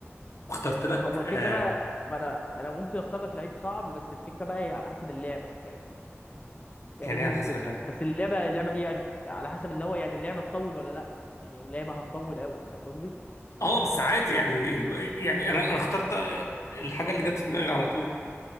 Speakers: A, on the left (about 80°); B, on the left (about 30°).
A: واخترت لك
B: هو الفكره
A: آه
B: بقى ما انا انا ممكن اختار لك لعيب صعب بس الفكره بقى هي على حسب اللعبه فاهم؟ هي
A: يعني
B: دي
A: إيه
B: الفكرة
A: على حسب اللاعب
B: بس اللعبة اللعبة دي يعني على حسب اللي هو يعني اللعبة تطول ولا لا يعني اللعبة هتطول قوي فاهم قصدي
A: اه بس عادي يعني الم- يعني انا انا اخترت آه، الحاجه اللي جت في دماغي على طول